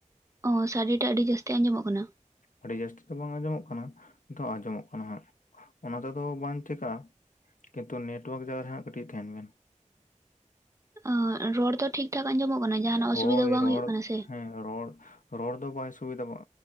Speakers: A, on the right; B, on the left.
A: ᱚ, ᱥᱟᱰᱮ ᱴᱟᱜ ᱟᱹᱰᱤ ᱡᱟᱹᱥᱛᱤ ᱟᱸᱡᱚᱢᱚᱜ ᱠᱟᱱᱟ?
B: ᱟᱹᱰᱤ ᱡᱟᱹᱥᱛᱤ ᱫᱚ ᱵᱟᱝ ᱟᱸᱡᱚᱢᱚᱜ ᱠᱟᱱᱟ, ᱱᱤᱛᱚᱜ ᱟᱸᱡᱚᱢᱚᱜ ᱠᱟᱱᱟ ᱦᱟᱸᱜ ᱾ ᱚᱱᱟᱛᱮᱫᱚ ᱵᱟᱝ ᱪᱤᱠᱟᱹᱜᱼᱟ ᱾ ᱠᱤᱱᱛᱩ ᱱᱮᱴᱣᱟᱨᱠ ᱡᱟᱭᱜᱟ ᱨᱮᱦᱟᱸᱜ ᱠᱟᱹᱴᱤᱡ ᱛᱟᱦᱮᱱ ᱵᱮᱱ ᱾
A: ᱚ ᱨᱚᱲ ᱫᱚ ᱴᱷᱤᱠ ᱴᱷᱟᱠ ᱟᱸᱡᱚᱢᱚᱜ ᱠᱟᱱᱟ, ᱡᱟᱦᱟᱱᱟᱜ ᱚᱥᱩᱵᱤᱫᱷᱟ
B: ᱦᱳᱭ
A: ᱵᱟᱝ
B: ᱨᱚᱲ
A: ᱦᱩᱭᱩᱜ ᱠᱟᱱᱟ ᱥᱮ?
B: ᱦᱮᱸ ᱨᱚᱲ, ᱨᱚᱲ ᱫᱚ ᱵᱟᱭ ᱥᱩᱵᱤᱫᱷᱟᱜᱚᱼᱟ